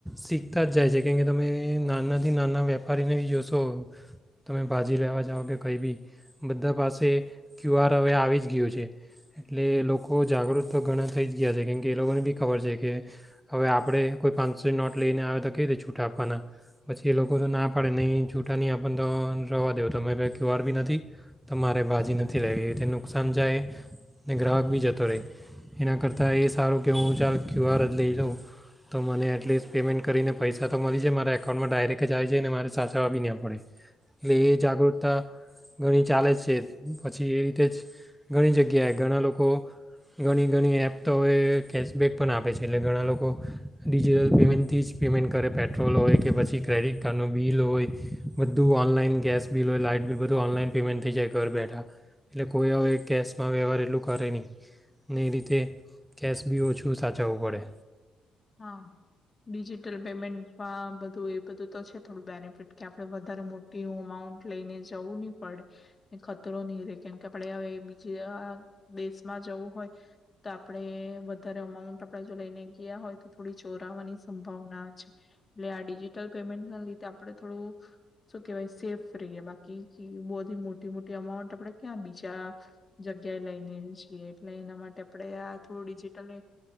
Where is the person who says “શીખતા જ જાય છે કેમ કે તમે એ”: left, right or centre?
Centre